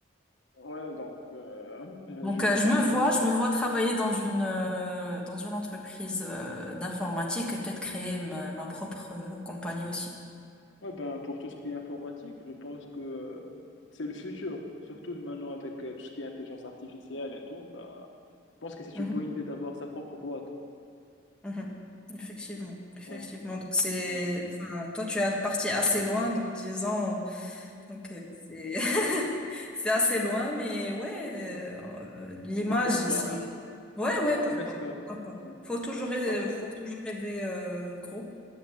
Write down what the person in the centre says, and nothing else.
Donc
euh, je
me vois je me vois travailler dans une euh, dans une entreprise euh, d'informatique et peut-être créer ma, ma propre euh, compagnie aussi.
Mhm,
mhm. Effectivement, effectivement.
Donc c'est,
enfin, toi tu es parti assez loin, donc 10 ans, donc euh, c'est <laughs> c'est assez loin, mais ouais, euh,
euh, l'image
c'est,
ouais
ouais
pourquoi,
pourquoi pas.
Faut toujours rêver,
faut toujours rêver euh, gros.